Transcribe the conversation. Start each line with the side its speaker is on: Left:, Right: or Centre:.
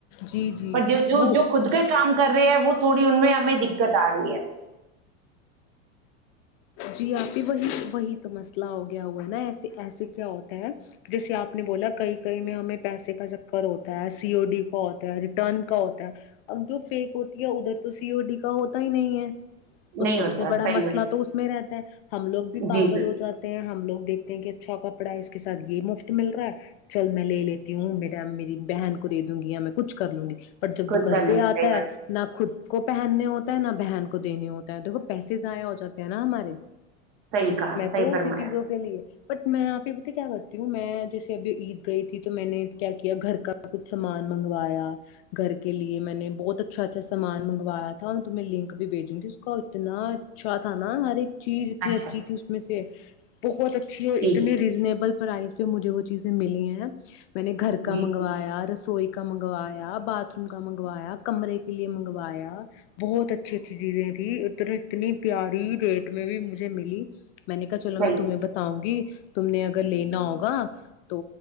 Left: جی جی
Right: پر جو
Left: وہ
Right: جو خود کا کام کر رہے ہیں وہ تھوڑی ان میں ہمیں دقت آ رہی ہے
Left: جی آپ ہی وہی وہی تو مسئلہ ہو گیا ہوا ہے نا ایسے ایسے کیا ہوتا ہے جیسے آپ نے بولا کہئی کئی میں ہمیں پیسے کا چکر ہوتا ہے سی او ڈی کا ہوتا ہے ریٹرن کا ہوتا ہے اب جو فیک ہوتی ہے ادھر تو سی او ڈی کا ہوتا ہی نہیں ہے اس
Right: نہیں
Left: سب
Right: ہوتا
Left: سے بڑا
Right: صحیح
Left: مسئلہ
Right: میں
Left: تو اس ہم لوگ بھی پاگل
Right: جی بالکل
Left: ہو جاتے ہیں ہم لوگ دھتے ہیں کہ اچھا ک پڑا اس کے سات یہ مفت مل رہا ہے چل میں لے لیتی ہوں میری بہن کو دوں گی میں کچھ کر لوں گی ب جب
Right: خود
Left: وہ گھر
Right: کر لوں
Left: پہ آتا
Right: صحیح بات
Left: ہے نہ خود کو پہننے ہوتا ہے نہ بہن کو دینے ہوتا ہے دیکو پیسے ضائع ہو جاتے نا ہمارے
Right: صحیح کہا
Left: میں
Right: صحیح
Left: تو
Right: فرمایا
Left: اسی چیزوں کے لیے بٹ میں آپ کے ب کیا کرتا ہ میں جیسے ابھی عید گئی تھی تو میں نے کیا کیا گھر کا کچھ سامان منگوایا گھر کے لیے میں نے بہت اچھ اچھا اچھا سامان منگوایا تھا میں تمہیں لنک بھیجوں گی اس کا اتنا اچھا تھا نا ہر ایک چیز اتنی
Right: اچھا
Left: اچھی تھی اس میں سے بہت اتنی
Right: ٹھیک
Left: ریزنیبل پرائز پہ مجھے وہ چیزیں ملی ہیں میں نے گھر کا
Right: جی
Left: منگوایا
Right: جی
Left: رسوئی کا منگوایا باتھ روم کا منگوایا کمرے کے لیے منگوایا بہت اچھی اچھی چیزیں تیں ادتر کتنی پیاری ریٹ میں بھی مجھے ملی میں نے کہا چلو
Right: صحیح
Left: میں
Right: ہے
Left: تمہیں بتاؤں گی تم نے اگر لینا ہوگا تو